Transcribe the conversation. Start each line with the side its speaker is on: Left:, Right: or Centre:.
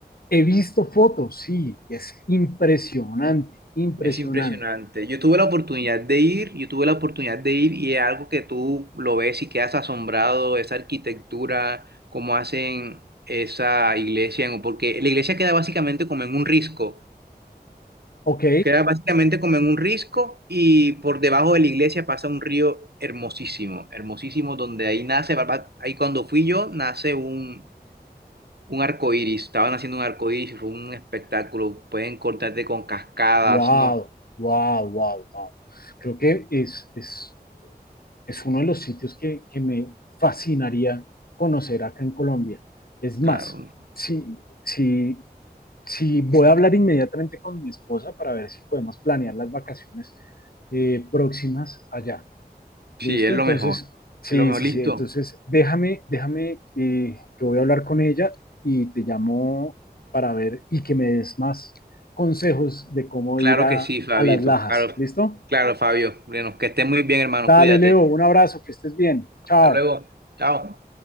Left: He visto fotos, sí, es impresionante, impresionante.
Right: Es impresionante. Yo tuve la oportunidad de ir, yo tuve la oportunidad de ir y es algo que tú lo ves y quedas asombrado, esa arquitectura, cómo hacen esa iglesia, en- porque la iglesia queda básicamente como en un risco.
Left: Ok,
Right: Queda básicamente como en un risco y por debajo de la iglesia pasa un río hermosísimo, hermosísimo, donde ahí nace, va- va- ahí cuando fui yo, nace un, un arco iris. Estaban haciendo un arco iris y fue un espectáculo. Pueden cortarte con cascadas,
Left: wow,
Right: no,
Left: wow, wow, wow. Creo que es, es es uno de los sitios que, que me fascinaría conocer acá en Colombia. Es más,
Right: claro.
Left: si, si, si voy a hablar inmediatamente con mi esposa para ver si podemos planear las vacaciones eh, próximas allá.
Right: Sí,
Left: ¿Listo?
Right: es lo
Left: Entonces,
Right: mejor.
Left: sí,
Right: Es lo mejor,
Left: sí,
Right: listo.
Left: sí. Entonces, déjame, déjame, eh, que voy a hablar con ella y te llamo para ver y que me des más consejos de cómo
Right: Claro
Left: ir a,
Right: que sí, Fabito.
Left: a las lajas.
Right: Claro,
Left: ¿Listo?
Right: claro, Fabio. Bueno, que estés muy bien, hermano.
Left: Dale,
Right: Cuídate.
Left: Leo, un abrazo, que estés bien. Chao.
Right: Hasta luego. Chao.